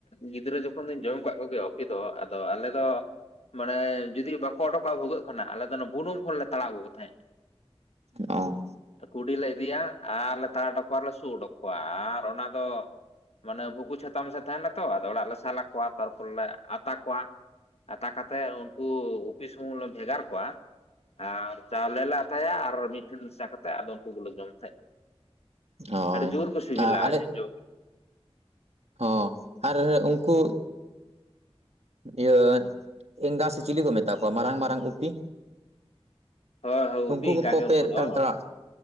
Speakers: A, on the left; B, on the right.
A: ᱜᱤᱫᱽᱨᱟᱹ ᱡᱚᱠᱷᱚᱱ ᱫᱚᱧ ᱡᱚᱢ ᱠᱟᱜ ᱠᱚ ᱜᱮᱭᱟ ᱚᱯᱤ ᱫᱚ ᱟᱫᱚ ᱟᱞᱮ ᱫᱚ ᱢᱟᱱᱮ ᱡᱩᱫᱤ ᱵᱟᱠᱚ ᱚᱰᱳᱚᱠᱚᱜᱼᱟ ᱵᱷᱩᱜᱟᱹᱜ ᱠᱷᱚᱱᱟᱜ ᱟᱞᱮ ᱫᱚ ᱚᱱᱟ ᱵᱩᱱᱩᱢ ᱠᱷᱚᱱᱞᱮ ᱛᱟᱲᱟᱣ ᱟᱜᱩ ᱠᱚ ᱛᱟᱦᱮᱸᱡ
B: ᱚ
A: ᱠᱩᱰᱤ ᱞᱮ ᱤᱫᱤᱭᱟ ᱟᱨ ᱞᱮ ᱛᱟᱲᱟᱶ ᱚᱰᱚᱠ ᱠᱚᱣᱟ ᱟᱨᱞᱮ ᱥᱩᱜ ᱚᱰᱚᱠ ᱠᱚᱣᱟ ᱟᱨ ᱚᱱᱟ ᱫᱚ ᱢᱟᱱᱮ ᱵᱷᱩᱠᱩ ᱪᱷᱟᱛᱟ ᱢᱮᱥᱟ ᱛᱟᱦᱮᱱᱟ ᱛᱚ ᱟᱫᱚ ᱚᱲᱟᱜ ᱨᱮᱞᱮ ᱥᱟᱞᱟ ᱠᱚᱣᱟ ᱛᱟᱨᱯᱚᱨ ᱞᱮ ᱟᱛᱟ ᱠᱚᱣᱟ ᱫᱟᱠᱟ ᱛᱮ ᱩᱱᱠᱩ ᱩᱯᱤ ᱥᱩᱢᱩᱝ ᱞᱮ ᱵᱷᱮᱜᱟᱨ ᱠᱚᱣᱟ ᱟᱨ ᱪᱟᱣᱞᱮ ᱞᱮ ᱟᱛᱟᱭᱟ ᱟᱨ ᱢᱤᱫ ᱴᱷᱮᱱ ᱢᱮᱥᱟ ᱠᱟᱛᱮᱫ ᱟᱫᱚ ᱩᱱᱠᱩ ᱠᱚᱞᱮ ᱡᱚᱢ ᱛᱟᱦᱮᱸᱫ
B: ᱦᱳᱭ
A: ᱟᱹᱰᱤ ᱡᱩᱨ ᱠᱩ ᱥᱤᱵᱤᱞ
B: ᱟᱨ
A: ᱟᱹᱰᱤ
B: ᱟᱞᱮ
A: ᱡᱩᱨ
B: ᱦᱚᱸ ᱟᱨ ᱩᱱᱠᱩ ᱤᱭᱟᱹ ᱮᱸᱜᱟ ᱥᱮ ᱪᱤᱞᱤ ᱠᱚ ᱢᱮᱛᱟ ᱠᱚᱣᱟ ᱢᱟᱨᱟᱝ ᱢᱟᱨᱟᱝ ᱩᱯᱤ
A: ᱦᱳᱭ ᱦᱳᱭ
B: ᱩᱱᱠᱩ
A: ᱩᱯᱤ ᱮᱸᱜᱟ
B: ᱠᱚᱠᱚ
A: ᱜᱮ
B: ᱯᱮ
A: ᱩᱱᱠᱩ ᱫᱚ
B: ᱛᱟᱲᱟᱜ